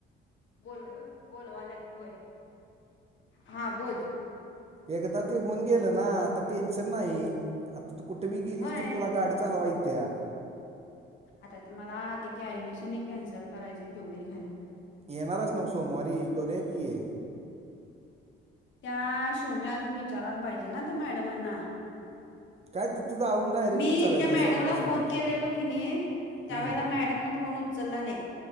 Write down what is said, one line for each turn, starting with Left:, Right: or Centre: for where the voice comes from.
Left: बोल बोल वाल्यातय हा बोल
Right: एकदा ते होऊन गेलं ना आता टेन्शन नाही. आता तू कुठे बी गेलीस
Left: होय
Right: तरी तुला गाडी चालवा येत्या
Left: आता ते मला ते की ऍडमिशन एक कॅन्सल करायच तेवढे काय ब
Right: एन आर एस नवसो म कौर्या कीए
Left: त्या शो म अजून विचारायला पाहिजे ना ते मॅडमांना
Right: काय तिथं जाऊन डायरेक्ट
Left: मी
Right: विचारायचं
Left: त्या मॅडमला
Right: समोरासमोर
Left: फोन केलेलो की नाही. त्यावेळेला
Right: हम्म
Left: मॅडम न फोन हो चलला नाही